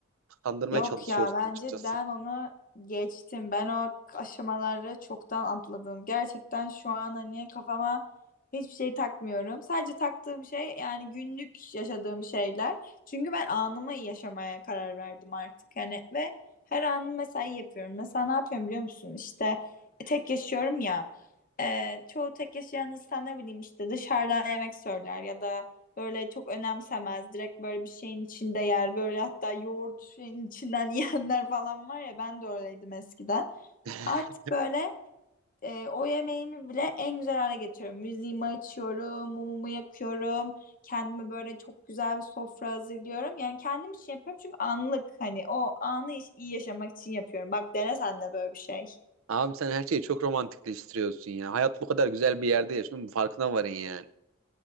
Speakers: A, on the right; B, on the left.
A: Kandırmaya
B: Yok
A: çalışıyorsun
B: ya bence
A: açıkçası.
B: Dan onu geçtim. Ben o aşamaları çoktan atladım. Gerçekten şu an hani kafama hiçbir şey takmıyorum. Sadece taktığım şey yani günlük yaşadığım şeyler. Çünkü ben anımı yaşamaya karar verdim artık. Yani ve her anım mesai yapıyorum. Mesela ne yapıyorum biliyor musun? İşte tek yaşıyorum ya. Ee, çoğu tek yaşayan insan ne bileyim işte dışarıdan yemek söyler ya da Böyle çok önemsemez. Direkt böyle bir şeyin içinde yer. Böyle hatta yoğurt şeyin içinden <laughs> yiyenler falan var ya ben de öyleydim eskiden.
A: <laughs>
B: Artık böyle e, o yemeğimi bile en güzel hale getiriyorum. Müziğimi açıyorum, mumumu yakıyorum. Kendime böyle çok güzel bir sofra hazırlıyorum. Yani kendim için yapıyorum çünkü anlık hani o anı iş- iyi yaşamak için yapıyorum. Bak dene sen de böyle bir şey.
A: Abi sen her şeyi çok romantikleştiriyorsun ya. Hayat bu kadar güzel bir yerde yaşıyor. bunun Farkına varın yani.